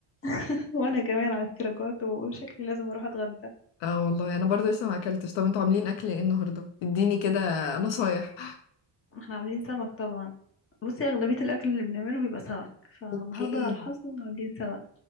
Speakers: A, on the left; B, on the left.
A: <laughs> وانا كمان على فكرة جوعت وشكلي لازم اروح اتغدى
B: اه والله انا برضه لسه ما اكلتش طب انتوا عاملين اكل ايه النهارده اديني كده نصايح
A: احنا عاملين سمك طبعا بصي اغلبية الاكل اللي بنعمله بيبقى سمك فالنهاردة
B: اوكي
A: على الحظ عاملين سمك